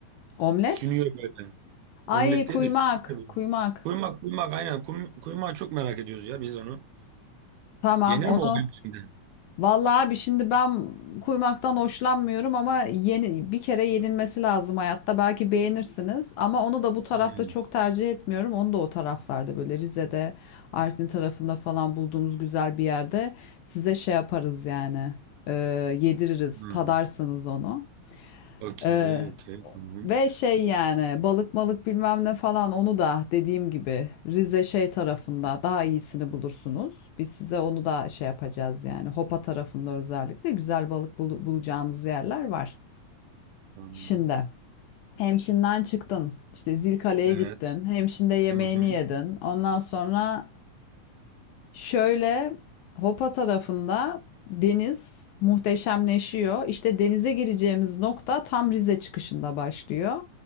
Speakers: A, on the left (about 75°); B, on the right (about 80°).
A: Omlet?
B: Sünüyor böyle. Omlet
A: Ay
B: değil
A: kuymak,
B: de sünüyor böyle.
A: kuymak.
B: Kuymak kuymak aynen Kum, kuymağı çok merak ediyoruz ya biz onu.
A: Tamam
B: Yenir
A: onu.
B: mi o hem şimdi?
A: Vallahi abi şimdi ben kuymaktan hoşlanmıyorum ama yeni bir kere yenilmesi lazım hayatta. Belki beğenirsiniz ama onu da bu tarafta
B: Hmm,
A: çok tercih etmiyorum. Onu da o taraflarda böyle Rize'de, Artvin tarafında falan bulduğumuz güzel bir yerde size şey yaparız yani. Ee, yediririz,
B: hmm.
A: tadarsanız onu.
B: Okey
A: Ee,
B: okey tamam.
A: Ve şey yani balık malık bilmem ne falan onu da dediğim gibi Rize şey tarafında daha iyisini bulursunuz. Biz size onu da şey yapacağız yani Hopa tarafında özellikle güzel balık bul bulacağınız yerler var.
B: Tamam.
A: Şimdi Hemşin'den çıktın işte Zilkale'ye
B: Evet.
A: gittin Hemşin'de yemeğini
B: Hı hı.
A: yedin ondan sonra Şöyle Hopa tarafında deniz muhteşemleşiyor. İşte denize gireceğimiz nokta tam Rize çıkışında başlıyor.